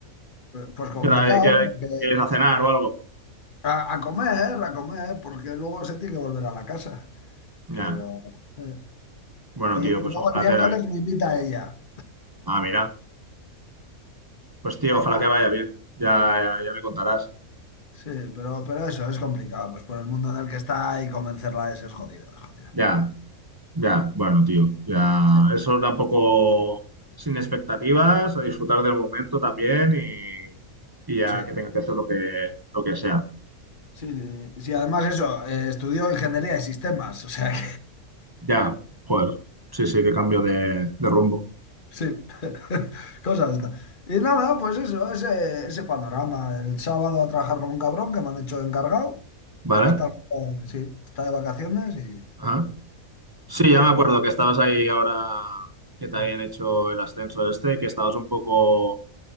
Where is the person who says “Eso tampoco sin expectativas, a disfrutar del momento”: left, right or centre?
Right